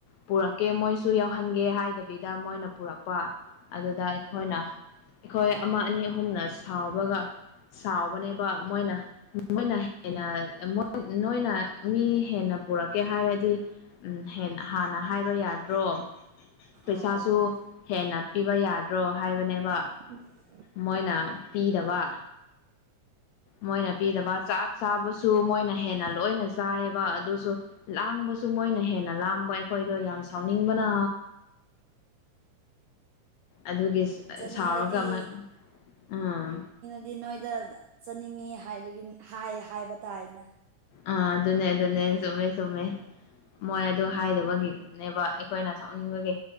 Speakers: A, on the left; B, on the right.
A: ꯄꯨꯔꯛꯀꯦ ꯃꯣꯏꯁꯨ ꯌꯥꯎꯍꯟꯒꯦ ꯍꯥꯏꯗꯕꯤꯗ ꯃꯣꯏꯅ ꯄꯨꯔꯛꯄ ꯑꯗꯨꯗ ꯑꯩꯈꯣꯏꯅ ꯑꯩꯈꯣꯏ ꯑꯃ ꯑꯅꯤ ꯑꯍꯨꯝꯅ ꯁꯥꯎꯕꯒ ꯁꯥꯎꯕꯅꯦꯕ ꯃꯣꯏꯅ ꯃꯣꯏꯅ ꯍꯦꯟꯅ ꯃꯣ ꯅꯣꯏꯅ ꯃꯤ ꯍꯦꯟꯅ ꯄꯨꯔꯛꯀꯦ ꯍꯥꯏꯔꯗꯤ ꯎꯝ ꯍꯦꯟ ꯍꯥꯟꯅ ꯍꯥꯏꯕ ꯌꯥꯗ꯭ꯔꯣ ꯄꯩꯁꯥꯁꯨ
B: ꯑꯣ ꯑꯣ ꯑꯣ
A: ꯍꯦꯟꯅ ꯄꯤꯕ ꯌꯥꯗ꯭ꯔꯣ ꯍꯥꯏꯕꯅꯦꯕ
B: <unintelligible>
A: ꯃꯣꯏꯅ ꯄꯤꯗꯕ ꯃꯣꯏꯅ ꯄꯤꯗꯕ ꯆꯥꯛ ꯆꯥꯕꯁꯨ ꯃꯣꯏꯅ ꯍꯦꯟꯅ ꯂꯣꯏꯅ ꯆꯥꯔꯦꯕ ꯑꯗꯨꯁꯨ ꯂꯥꯡꯕꯁꯨ ꯃꯣꯏꯅ ꯍꯦꯟꯅ ꯂꯥꯡꯕ ꯑꯩꯈꯣꯏꯗꯣ ꯌꯥꯝ ꯁꯥꯎꯅꯤꯡꯕꯅ
B: <inaudible>
A: ꯑꯗꯨꯒꯤ ꯁꯥ
B: ꯆꯠꯅꯤꯡꯔꯗꯤ
A: ꯁꯥꯎꯔꯒ ꯑꯃ ꯑꯝ
B: <unintelligible> ꯅꯣꯏꯗ ꯆꯠꯅꯤꯡꯉꯤ ꯍꯥꯏꯔꯒꯤꯟ ꯍꯥꯏ ꯍꯥꯏꯕ ꯇꯥꯥꯏꯌꯦꯅ
A: ꯑꯥ ꯑꯗꯨꯅꯦ ꯑꯗꯨꯅꯦ ꯆꯨꯝꯃꯦ ꯆꯨꯝꯃꯦ ꯃꯣꯏ ꯑꯗꯨ ꯍꯥꯏꯗꯕꯒꯤꯅꯦꯕ ꯑꯩꯈꯣꯏꯅ ꯁꯥꯎꯅꯤꯡꯕꯒꯤ